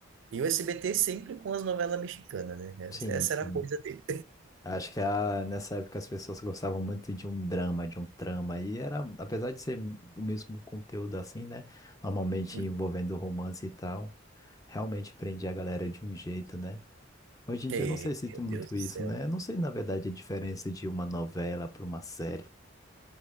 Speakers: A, on the right (about 65°); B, on the left (about 15°).
A: E o SBT sempre com as novelas mexicanas, né? Era-
B: Sim,
A: Essa
B: sim.
A: era a coisa dele.
B: Acho que a, nessa época as pessoas gostavam muito de um drama, de um trama, e era, apesar de ser o mesmo conteúdo assim, né? Normalmente
A: <laughs>
B: envolvendo romance e tal, realmente prendia a galera de um jeito, né? Hoje em
A: É,
B: dia eu não sei se
A: meu
B: tem muito
A: Deus do
B: isso,
A: céu.
B: né? Eu não sei, na verdade, a diferença de uma novela para uma série.